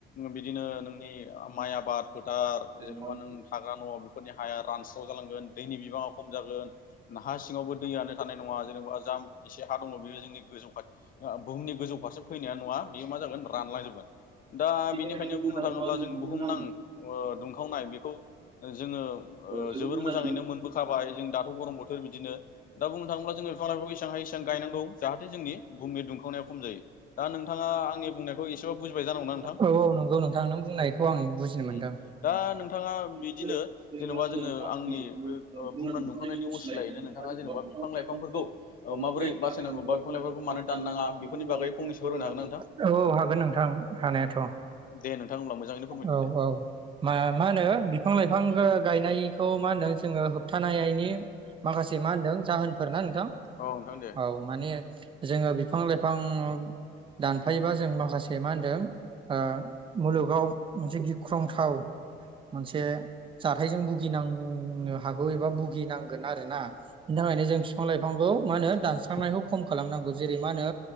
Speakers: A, on the left (about 45°); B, on the right (about 25°).
A: बिदिनो नोंनि ओ माइ आबाद फोथार
B: जोंनि
A: जेनबा नों थाग्रा न' बेफोरनि हाया रानस्राव जालांगोन दैनि बिबाङा खम जागोन न हा सिङावबो दैयानो थानाय नङा। जाम एसे हा दङ बेयो जोंनि गोजौ ओ बुहुमनि गोजौ फारसे फैनाया नङा बेयो मा जागोन रानलांजोबगोन। दा बेनिखायनो
B: बेबायदि
A: बुंनो थाङोब्ला
B: थाङोबा
A: जों
B: बुहुम
A: बुहुमनां
B: नां
A: ओ दुंखावनाय बेखौ जोङो ओ
B: जोबोद
A: जोबोर
B: मोजाङै
A: मोजाङैनो मोनबोखाबाय जों दाथ' गरम बोथोर बिदिनो दा बुंनो थाङोब्ला जोङो फिफां लाइफांखौ एसां हायो एसां गायनांगौ जाहाथे जोंनि बुुमनि दुंखांनाया खम जायो दा नोंथाङा आंनि बुंनायखौ एसेबाबो बुजिबाय जानांगौ ना
B: औ औ नंगौ नोंथां नों बुंनायखौ आं बुजिनो मोनदों।
A: उम दा नोंथाङा
B: <unintelligible>
A: बिदिनो जेन'बा जोङो आंनि बे ओ बुहुमनां दुंखावनायनि असिलायैनो नोंथाङा जेन'बा बिफां लाइफांफोरखौ ओ माबोरै बासायनांगौ बा बिफां लाइफांखौ मानो दाननाङा बेफोरनि बागै फंनैसो फोरमायनो हागोन ना नोंथां
B: औ हागोन नोंथां। हानायाथ'
A: दे नोंथां होमब्ला मोजाङैनो फोरमायदो
B: औ
A: दे
B: औ मा मा होनो बिफां लाइफां गा-गायनायखौ मा होनो जोङो होबथानायनि माखासे मा होनदों जाहोन फोरना नोंथां
A: औ नोंथां दे
B: औ माने जोङो बिफां लाइफां दानफायोबा जों माखासे मा होनदों ओ मुलुगाव मोनसे गिख्रंथाव मोनसे जाथायजों भुगिनांनो हागौ एबा भुगिनांगोन आरोना बिनि थाखायनो जों बिफां लाइफांखौ मा होनो दानस्रांनायखौ
A: दासिमबो
B: खम खालामनांगौ जेरै मा होनो